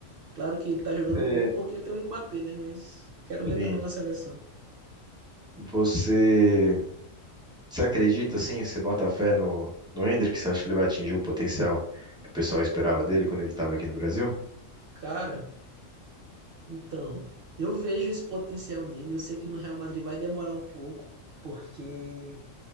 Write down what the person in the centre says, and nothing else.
Você-
Sim.
Você, você acredita, assim? Você bota fé no, no Endrick? Você acha que ele vai atingir o potencial que o pessoal esperava dele quando ele estava aqui no Brasil?